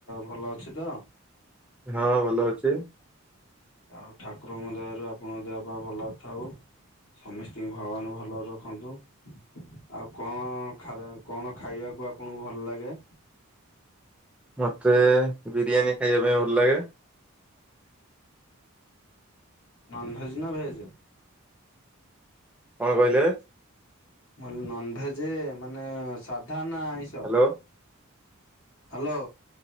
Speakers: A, on the left (about 65°); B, in the centre.
A: ଭଲ ଅଛି ତ?
B: ହଁ ଭଲ ଅଛି।
A: ଆଉ ଠାକୁରଙ୍କ ଦୟାରୁ ଆପଣଙ୍କ ଦେହ ପା ଭଲରେ ଥାଉ। ସମସ୍ତିଙ୍କୁ ଭଗବାନ ଭଲରେ ରଖନ୍ତୁ ଆଉ କଣ ଖା କଣ ଖାଇବା କୁ ଆପଣଙ୍କୁ ଭଲ ଲାଗେ?
B: ମତେ ବିରିୟାନୀ ଖାଇବା ପାଇଁ ଭଲ ଲାଗେ।
A: ନନଭେଜ ନା ଭେଜ?
B: କଣ କହିଲେ?
A: ନନଭେଜ ମାନେ ସାଧା ନା ଆଇଁସ।
B: Hello
A: hello.